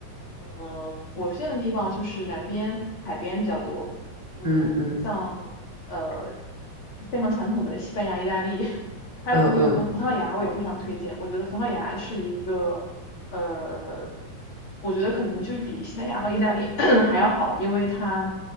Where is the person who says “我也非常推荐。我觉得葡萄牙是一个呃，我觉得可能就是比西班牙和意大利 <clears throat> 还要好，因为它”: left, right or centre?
Left